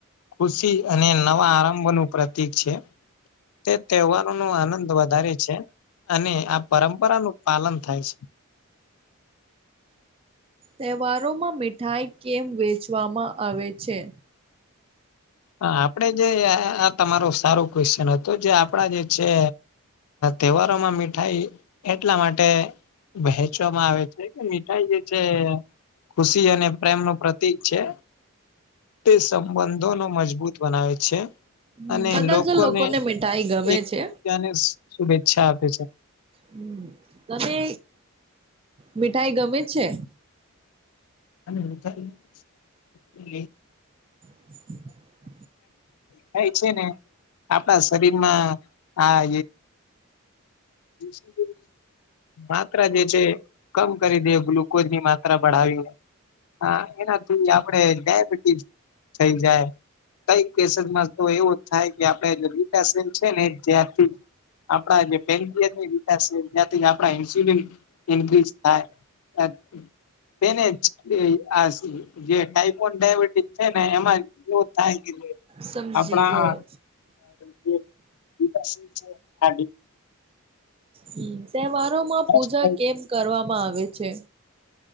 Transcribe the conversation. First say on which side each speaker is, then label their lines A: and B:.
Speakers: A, on the left; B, on the right.
A: ખુશી અને નવા આરંભ નું પ્રતિક છે. તે તહેવારો નો આનંદ વધારે છે. અને આ પરંપરાનું પાલન થાય છે.
B: તહેવારોમાં મીઠાઈ કેમ વેચવામાં આવે છે?
A: હા આપડે જે આ તમારો સારો ક્વેશ્ચન હતું જે આપણા જે છે તહેવારોમાં મીઠાઈ એટલા માટે વહેચવામાં આવે છે કે મીઠાઈ જે છે ખુશી અને પ્રેમ નું પ્રતીક છે તે સંબંધો નો મજબૂત બનાવે છે.
B: હમ
A: અને
B: બધા
A: લોકોને
B: જ મીઠાઈ ગમે
A: એકબીજાને
B: છે.
A: શુભેચ્છા આપે છે.
B: હમ તને મીઠાઈ ગમે છે?
A: <unintelligible>
B: <inaudible>
A: થાય છે ને આપડા શરીરમાં આ <unintelligible> માત્રા જે છે કમ કરી દે ગ્લુકોઝ ની માત્રા ભઢાવીને હા એનાથી આપણેે ડાયબિટીસ થઈ જાય. કઈક કેસેસમાં તો એવું થાય કે આપડે વિકાસ સેલ્સ છે ને ત્યાંથી આપણા જે <unintelligible> તેને જ આસી જે ટાઈપોન ડાયાબિટીસ છે ને એમાં એવું થાય કે
B: સમજી
A: આપણા
B: ગયો.
A: <unintelligible>
B: હમ તહેવારોમાં પૂજા
A: નષ્ટ થઈ
B: કેમ કરવામાં આવે છે?